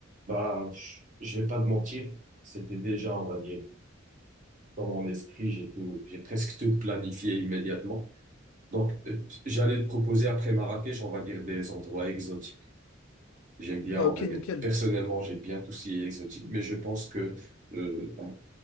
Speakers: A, on the right; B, on the left.
A: Bah, je vais pas te mentir, c'était déjà, on va dire, dans mon esprit, j'ai tout, j'ai presque tout planifié immédiatement. Donc, euh, j'allais te proposer après Marrakech, on va dire des endroits exotiques. J'aime bien,
B: Ah
A: on
B: ok,
A: va
B: nickel.
A: dire, personnellement, j'aime bien tout ce qui est exotique, mais je pense que euh,